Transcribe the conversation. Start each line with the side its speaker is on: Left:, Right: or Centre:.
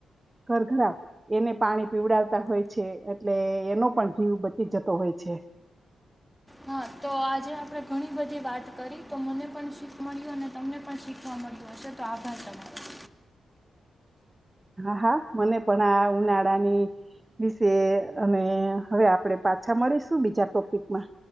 Right: ઘર ઘરા એને પાણી પીવડાવતા હોય છે, એટલે એનો પણ જીવ બચી જતો હોય છે.
Centre: હા તો આજે આપણે ઘણી બધી વાત કરી તો મને પણ શીખ મળ્યું અને તમને પણ શીખવા મળ્યું હશે તો, આભાર તમારો.
Right: હા, હા મને પણ આ ઉનાળાની વિશે અને હવે આપણેે પાછા મળીશું બીજા ટોપિકમાં.